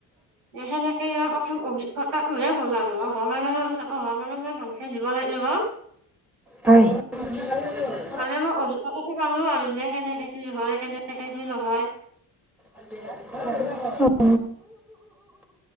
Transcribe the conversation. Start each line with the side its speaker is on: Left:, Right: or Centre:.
Right: সেনেকে প্ৰথম অভিজ্ঞতা টোহে হ'ল আৰু অহা মানৰ অহা মানলৈ ভালকে দিব লাগিব।
Centre: হয়। <unintelligible>
Right: মানে মই অভিজ্ঞতা টো পালো পালোঁ যে কেনেকে কি হয় কেনেকেে কি নহয়।
Centre: <inaudible>